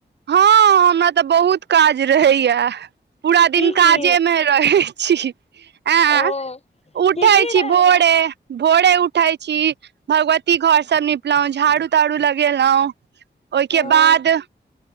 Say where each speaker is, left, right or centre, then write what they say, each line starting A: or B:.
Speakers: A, on the right; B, on the left.
A: हँ हमरा तऽ बहुत काज रहैये पूरा
B: की
A: दिन काजे
B: की
A: मे रहै छी ऐँ
B: ओ
A: उठै
B: की की
A: छी
B: रहैया
A: भोरे भोरे उठै छी भगवती घर सब निपलौं झाड़ू ताड़ू लगेलौं ओहिके
B: हँ
A: बाद